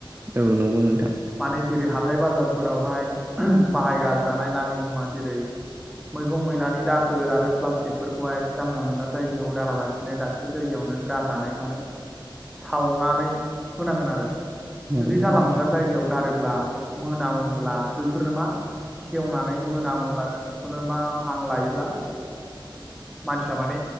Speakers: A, on the right; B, in the centre.
A: औ नंगौ नोंथां
B: माने जेरै हाथाय बाजारफोरावहाय बाहायगारजानाय नाङै मुवा जेरै मैगं मैलानि दाखोर आरो प्लास्टिकफोरखौहाय जानला मोनला जायगायाव गारालासिनो दाबसे जायगायावनो गारनानै माने सावनानै होनांगोन आरो जुदि
A: औ नंगौ
B: जानला
A: नोंथां
B: मोनानला जायगायाव गारोब्ला मोनामोब्ला बैफोरनो मा सेवनानै मोनामोब्ला जों बेखौनो मा हां लायोब्ला मानसिया माने